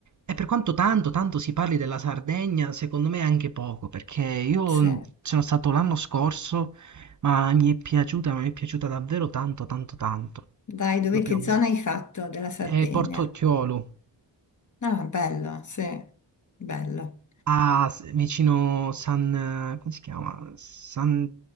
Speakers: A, on the right (about 40°); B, on the left (about 40°).
A: e per quanto tanto, tanto si parli della Sardegna, secondo me anche poco, perché io
B: Sì.
A: sono stato l'anno scorso, ma mi è piaciuta, ma mi è piaciuta davvero tanto, tanto, tanto.
B: Dai, dove
A: Proprio.
B: che zona hai fatto della Sardegna?
A: E Portocchiolo,
B: Ah, bello, sì, bello.
A: a, s- vicino San, eh, come si chiama? San